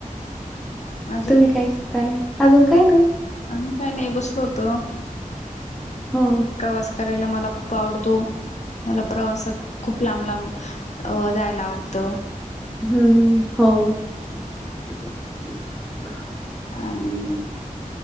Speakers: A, on the left; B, in the centre.
A: अजून
B: तुम्ही काय करताय? अजून काय नाही.
A: आम्ही काही नाही बसलो होतो,
B: हो
A: प्रवास करायला मला खूप आवडतो, मला प्रवासात खूप लांब, लांब अ जायला आवडतं.
B: हम्म हम् हो.
A: आणि